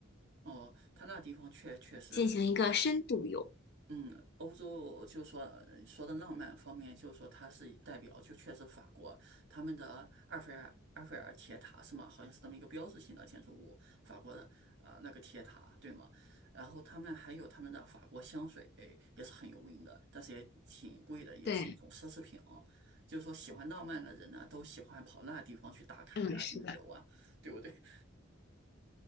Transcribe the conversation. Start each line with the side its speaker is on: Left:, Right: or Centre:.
Right: 哦，他那地方确确实，
Left: 进行一个深度游。
Right: 嗯，欧洲就说呃说的浪漫方面，就是说它是代表，就确实法国他们的埃菲尔埃菲尔铁塔是吗？好像是那么一个标志性的建筑物，法国的啊、那个铁塔对吗？然后他们还有他们的法国香水也是很有名的，但是也挺贵的，也是一种奢侈品啊就是说喜欢浪漫的人呢，
Left: 对，
Right: 都喜欢跑那地方去打卡呀，
Left: 嗯，是的，
Right: 去旅游啊，对不对？<laughs>